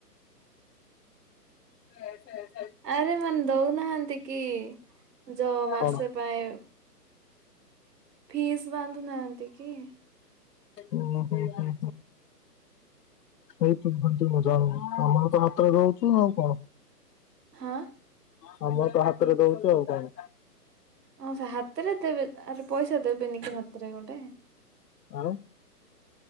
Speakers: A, on the left; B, on the right.
A: <inaudible>
B: ଆରେ ମାନେ ଦଉନାହାନ୍ତି କି ଯୋ ମାସେ
A: କଣ?
B: ପାଇଁ? ଫିସ୍ ବାନ୍ଧୁ ନାହାନ୍ତି। କି?
A: ଉଁ ହୁଁ ହୁଁ। ହୁଁ ହୁଁ ହଉତୁ ଭଲ। ମୁ ଜାଣିନି ଆମକୁ ତ ହାତରେ ଦଉଚୁ। ଶୁ ଆଉ କଣ?
B: ହଁ
A: ହଁ ମୁଁ ତ ହାତରେ ଦଉଚୁ ଆଉ କଣ?
B: ହଁ ସେ ହାତରେ ଦେବେ। ଆରେ ପଇସା ଦେବେନି କି ହାତରେ ଗୋଟେ?
A: ଆଉ?